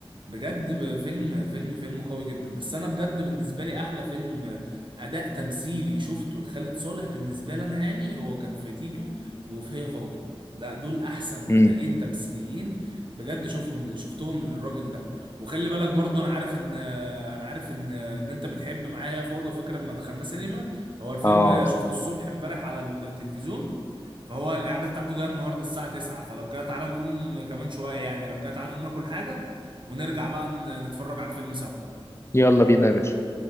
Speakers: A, on the right; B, on the left.
A: بجد ب- فيلم فيلم فيلم قوي جدا بس انا بجد بالنسبة لي احلى فيلم اداء تمثيلي شفته لخالد صالح بالنسبة لي انا يعني هو كان في تيتو وفي هي فوضى ده دول احسن
B: امم
A: اداءين تمثيليين بجد شوفهم شفتهم للراجل ده وخلي بالك برضو انا عارف ان انا عارف ان ان انت بتحب معايا هي فوضى فاكر لما دخلنا سينما هو الفيلم
B: اه
A: شفته الصبح امبارح على التلفزيون فهو الإعادة بتاعته جاية النهاردة الساعة 9 فلو كده تعالى نقوم كمان شوية يعني لو كده تعالى نقوم ناكل حاجة ونرجع بقى ن- نتفرج على الفيلم سوا
B: يلا بينا يا باشا